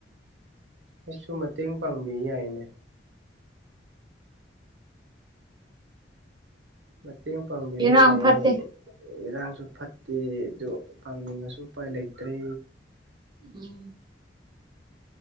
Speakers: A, on the right; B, on the right.
A: ꯑꯩꯁꯨ ꯃꯇꯦꯡ ꯄꯥꯡꯕꯤ ꯌꯥꯏꯅꯦ ꯃꯇꯦꯡ ꯄꯥꯡꯕꯤꯕ
B: ꯏꯔꯥꯡ
A: ꯌꯥꯏꯌꯦ
B: ꯐꯠꯇꯦ
A: ꯏꯔꯥꯡꯁꯨ ꯐꯠꯇꯦ ꯑꯗꯨ ꯐꯪꯅꯤꯡꯉꯁꯨ ꯎꯄꯥꯏ ꯂꯩꯇ꯭ꯔꯦ
B: ꯎꯝ